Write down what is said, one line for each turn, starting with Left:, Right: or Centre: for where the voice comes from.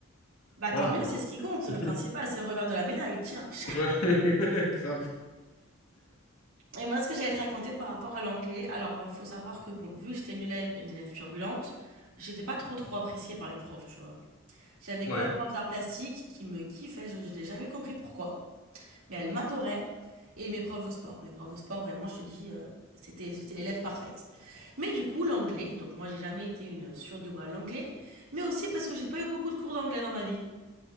Right: Bah
Left: Voilà
Right: tant mieux,
Left: quoi.
Right: c'est ce qui compte.
Left: <laughs>
Right: Le principal, c'est le revers de la médaille. Tiens. Chat.
Left: Ouais, <laughs> Grave.
Right: Et moi, ce que j'allais te raconter par rapport à l'anglais, alors euh, faut savoir que bon, vu que j'étais une élève, une élève turbulente, j'étais pas trop trop appréciée par les profs, tu vois. J'avais
Left: Ouais.
Right: que la prof d'art plastique qui me kiffait. Je, je n'ai jamais compris pourquoi. mais elle m'adorait. Et mes profs de sport. Mes profs de sport, vraiment, je te dis, euh, c'était, l'élève parfaite. Mais du coup, l'anglais, donc moi, j'ai jamais été une surdouée à l'anglais, mais aussi parce que j'ai pas eu beaucoup de cours d'anglais dans ma vie.